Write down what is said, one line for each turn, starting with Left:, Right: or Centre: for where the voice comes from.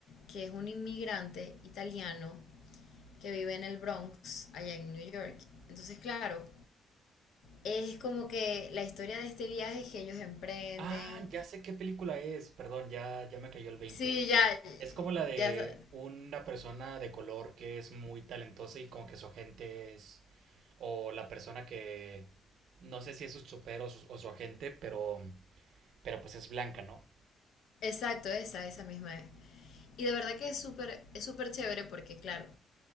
Left: que es un inmigrante italiano que vive en el Bronx, allá en New York. Entonces, claro, es como que la historia de este viaje que ellos emprenden.
Right: Ah, ya sé qué película es. Perdón, ya, ya me cayó el veinte.
Left: Sí,
Right: Eh,
Left: ya,
Right: Es como la de
Left: ya,
Right: una persona de color que es muy talentosa y como que su agente es... O la persona que... No sé si es su chofer o su, o su agente, pero... Pero pues es blanca, ¿no?
Left: exacto, esa, esa misma es. Y de verdad que es súper es súper chévere porque, claro,